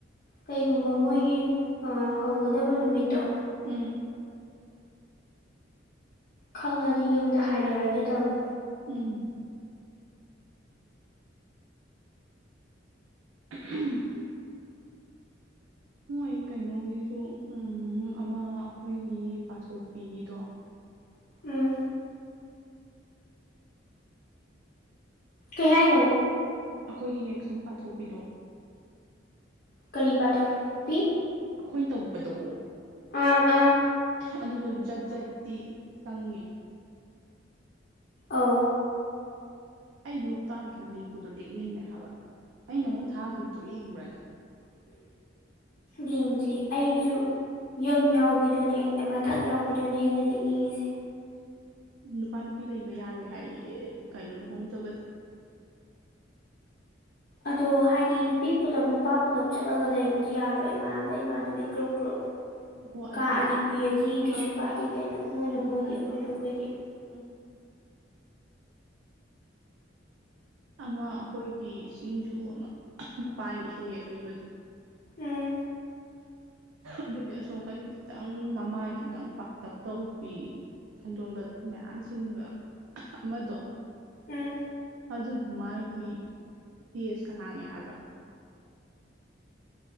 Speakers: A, on the left; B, on the right.
A: ꯀꯩꯒꯨꯝꯕ ꯃꯣꯏꯒꯤ ꯍꯧꯒꯗꯕ ꯅꯨꯃꯤꯠꯇꯣ
B: ꯎꯝ
A: ꯈꯪꯉꯗꯤ ꯌꯨꯝꯗ ꯍꯥꯏꯗꯔꯒꯦ ꯇꯧꯅꯦ
B: ꯎꯝ <unintelligible> ꯃꯣꯏ ꯀꯩꯅꯣꯒꯤꯁꯨ ꯎꯝ ꯑꯃ ꯑꯩꯈꯣꯏꯒꯤ ꯄꯥꯊꯣꯛꯄꯤꯗꯣ
A: ꯎꯝ ꯀꯩ ꯍꯥꯏꯅꯣ
B: ꯑꯩꯈꯣꯏꯒꯤ ꯍꯦꯛ ꯁꯨꯝ ꯄꯥꯊꯣꯛꯄꯤꯗꯣ
A: ꯀꯔꯤ ꯄꯥꯊꯣꯛꯄꯤ
B: ꯑꯩꯈꯣꯏꯅ ꯇꯧꯕꯗꯣ
A: ꯑꯥꯑꯥ
B: ꯑꯗꯨꯁꯨ ꯖꯠ ꯖꯠꯇꯤ ꯆꯪꯉꯦ
A: ꯑꯧ
B: ꯑꯩ ꯂꯣꯛꯇꯥꯛꯀꯤ ꯂꯦꯛꯄꯗꯣ ꯂꯦꯛꯅꯤꯡꯉꯦ ꯍꯥꯏꯕ ꯑꯩ ꯅꯪꯉꯣꯟꯗ ꯊꯥꯈꯤꯕꯗꯣ ꯌꯦꯡꯕ꯭ꯔꯥ ꯅꯪ
A: ꯌꯦꯡꯗꯔꯤ ꯑꯩꯁꯨ ꯌꯨꯝ ꯌꯥꯎꯕꯤꯗꯨꯅꯦ ꯃꯊꯛ ꯌꯥꯎꯕꯤꯗꯨꯅꯦ ꯑꯩꯅ ꯂꯦꯛꯅꯤꯡꯉꯤꯁꯦ
B: ꯅꯨꯄꯥ ꯅꯨꯄꯤ ꯂꯩꯕ ꯌꯥꯔꯣꯏ ꯍꯥꯏꯌꯦ ꯀꯩꯅꯣ ꯂꯨꯍꯣꯡꯗꯕꯗꯤ
A: ꯑꯗꯣ ꯍꯥꯏꯗꯤ ꯅꯨꯄꯤ ꯄꯨꯂꯞ ꯅꯨꯄꯥ ꯄꯨꯜꯂꯞ ꯆꯠꯂꯒ ꯂꯩꯕꯗꯤ ꯌꯥꯗ꯭ꯔꯣ ꯏꯃꯥꯟꯅꯕ ꯏꯃꯥꯟꯅꯕꯤ ꯒ꯭ꯔꯨꯞ ꯒ꯭ꯔꯨꯞ
B: ꯍꯣꯏ ꯍꯣꯏ
A: ꯀꯥ
B: ꯑꯗꯨꯕꯨꯗꯤ
A: ꯑꯅꯤ ꯄꯤꯔꯗꯤ ꯀꯩꯁꯨ
B: ꯑꯥ
A: ꯀꯥꯏꯗꯦ
B: ꯑꯥ
A: ꯀꯩꯅꯣ ꯃꯣꯏꯅ
B: ꯀꯥꯏꯗꯦ
A: ꯃꯣꯏꯒꯤ
B: ꯀꯥꯏꯗꯦ
A: ꯑꯩꯈꯣꯏꯅ ꯑꯩꯈꯣꯏꯒꯤ <inaudible>
B: ꯎꯝ ꯑꯃ ꯑꯩꯈꯣꯏꯒꯤ ꯁꯤꯡꯖꯨ ꯑꯃ ꯃꯄꯥꯟꯒꯤ ꯍꯦꯛ ꯍꯦꯛ ꯂꯩꯕꯗꯣ
A: ꯎꯝ
B: ꯑꯗꯨꯗꯤ ꯑꯁꯣꯝꯀꯟꯒꯤ ꯈꯤꯇꯪ ꯃꯃꯥꯏ ꯈꯤꯇꯪ ꯄꯥꯛꯇꯛ ꯇꯧꯕꯤ ꯁꯟꯗꯣꯟꯒ ꯃꯌꯥꯝ ꯊꯤꯟꯕ ꯑꯃꯗꯣ
A: ꯎꯝ
B: ꯑꯗꯨꯗꯨ ꯃꯥꯒꯤ ꯄꯦꯁꯀ ꯍꯥꯡꯉꯦ ꯍꯥꯏꯕ